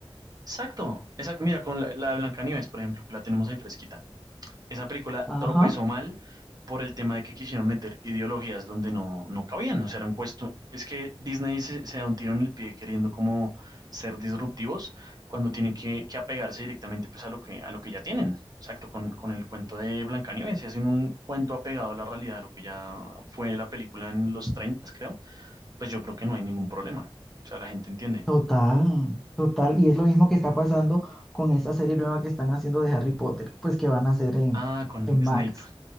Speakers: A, on the right; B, in the centre.
A: Exacto, exacto. Mira, con la, la de Blancanieves, por ejemplo, que la tenemos ahí fresquita esa película
B: Ajá,
A: tropezó mal por el tema de que quisieron meter ideologías donde no, no cabían, o sea, era un cuesto, es que Disney se, se da un tiro en el pie queriendo como ser disruptivos cuando tienen que, que apegarse directamente pues a lo que, a lo que ya tienen, exacto, con, con el cuento de Blancanieves, si hacen un cuento apegado a la realidad, a lo que ya fue la película en los 30 creo, pues yo creo que no hay ningún problema, o sea, la gente entiende.
B: total, total. Y es lo mismo que está pasando con esta serie nueva que están haciendo de Harry Potter, pues que van a hacer en,
A: Ah, con
B: en
A: Snape.
B: Max.